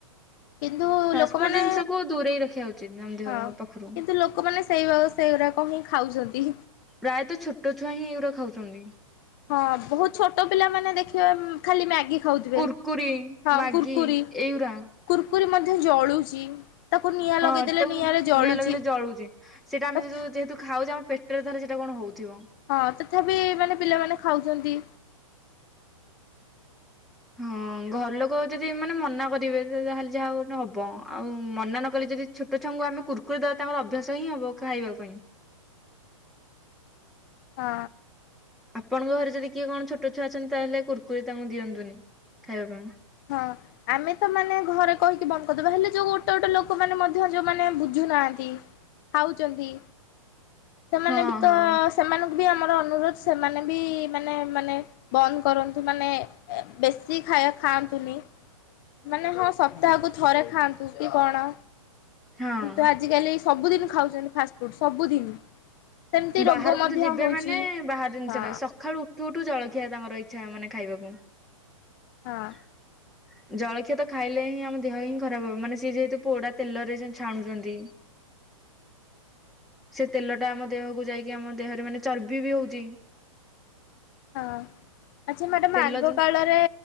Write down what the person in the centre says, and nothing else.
ଫାଷ୍ଟଫୁଡ୍
ଜିନିଷକୁ ଦୂରେଇ ରଖିବା ଉଚିତ ଆମ ଦେହ
ପାଖରୁ।
ପ୍ରାୟତଃ ଛୋଟ ଛୁଆ ହିଁ ଏଉରା ଖାଉଚନ୍ତି।
କୁର୍ କୁରି।
ମାଗି
ଏଉରା।
ହଁ,
ତାକୁ
ନିଆଁ ଲଗେଇିଲେ ଜଳୁଛି ସେଇଟା ଆମେ
ଯଉ ଯେହେତୁ ଖାଉଛି ଆମ ପେଟ ପେଟରେ ତାହାର ସେଇଟା କଣ ହଉଥିବ।
ହଁ, ଘର ଲୋକ ଯଦି ଏମାନେ ମନା କରିବେ ଯାହାହେଲେ ଯାହା ଗୋଟେ ହବ ଆଉ ମନା ନ କଲେ ଯଦି ଛୋଟ ଛୁଆଙ୍କୁ ଆମେ କୁର୍ କୁରି ଦେବା ତାଙ୍କର ଅଭ୍ୟାସ ହିଁ ହବ ଖାଇବା ପାଇଁ।
ଆପଣଙ୍କ ଘରେ ଯଦି କିଏ କଣ ଛୋଟ ଛୁଆ ଅଛନ୍ତି ତାହେଲେ କୁର୍ କୁରି ତାଙ୍କୁ ଦିଅନ୍ତୁନି ଖାଇବା ପାଇଁ।
ହଁ
ହଁ
ହଁ
ବାହାରକୁ
ତ ଯିବେ
ମାନେ ବାହାର ଜିନିଷ
ଖାଇଏ ସକାଳୁ ଉଠ ଠୁଠୁ ଜଳଖିଆ ତାଙ୍କର ଇଚ୍ଛା ମାନେ ଖାଇବାକୁ।
ହୁ <unintelligible> ଜଳଖିଆ ତ ଖାଇଲେ ହିଁ ଆମ ଦେହ ହିଁ ଖରାପ ହବ ମାନେ ସିଏ ଯେହେତୁ ପୋଡା ତେଲରେ ଛାଣୁଛନ୍ତି। ସେ ତେଲ ଟା ଆମ ଦେହକୁ ଯାଇକି ଆମ ଦେହରେ ମାନେ ଚର୍ବି ବି ହଉଛି।
ତେଲ
ଜିନ